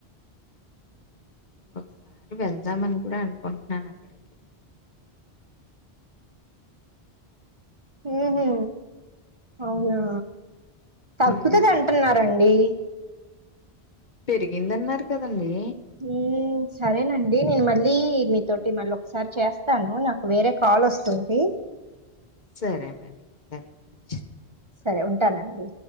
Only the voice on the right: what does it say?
ఏమి. అవునా. తగ్గుతది
అంటున్నారం డి.
ఇంగేమ్. సరేనండి. నేను మళ్ళీ మీతోటి మళ్ళోకసారి చేస్తాను. నాకు వేరే కాల్ వస్తుంది.
సరే ఉంటానండి.